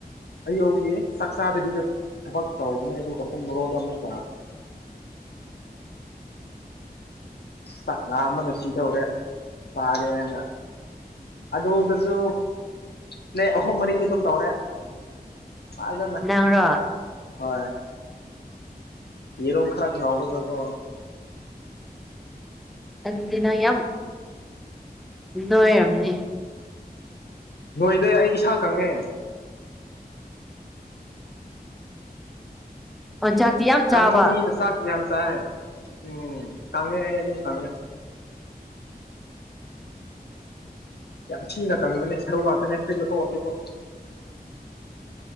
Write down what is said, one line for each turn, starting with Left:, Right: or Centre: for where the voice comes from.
Left: ꯑꯩꯌꯨꯒꯤ ꯆꯥꯛ ꯆꯥꯗꯕꯤꯗ ꯊꯕꯛ ꯇꯧꯕꯅꯦ ꯗꯨꯒ ꯄꯨꯡ ꯕꯔꯣꯗ ꯑꯃꯨꯛꯀ ꯆꯥꯛ ꯂꯥꯝꯕꯅ ꯁꯤꯗꯧꯔꯦ ꯆꯥꯔꯦꯅ ꯑꯂꯨꯗꯖꯨ ꯄ꯭ꯂꯦ ꯑꯍꯨꯝ ꯃꯔꯤꯗꯤ ꯑꯗꯨꯝ ꯇꯧꯔꯦ ꯐꯥꯖꯅ
Centre: ꯅꯪꯔꯣ
Left: ꯍꯣꯏ ꯌꯦꯔꯨꯝ ꯈꯔ ꯉꯧꯔꯒꯀꯣ
Centre: ꯑꯗꯨꯗꯤ ꯅꯣꯏ ꯌꯥꯝ ꯅꯣꯏꯔꯝꯅꯤ
Left: ꯅꯣꯏꯗꯦ ꯑꯩ ꯏꯁꯥ ꯀꯪꯉꯦ
Centre: ꯑꯣꯖꯥꯇꯤ ꯌꯥꯝ
Left: ꯀꯪꯕ
Centre: ꯆꯥꯕ
Left: ꯃꯤꯅ ꯆꯥꯛ ꯌꯥꯝ ꯆꯥꯏ ꯎꯝ ꯀꯪꯉꯦ ꯑꯩ ꯑꯗꯨꯝ ꯀꯪꯉꯦ ꯌꯥꯝ ꯊꯤꯅ ꯀꯪꯕꯅꯦ ꯁꯔꯨ ꯉꯥꯛꯇꯅꯦ ꯐꯨꯔꯤꯠ ꯂꯧꯊꯣꯛ ꯑꯗꯤꯀꯣ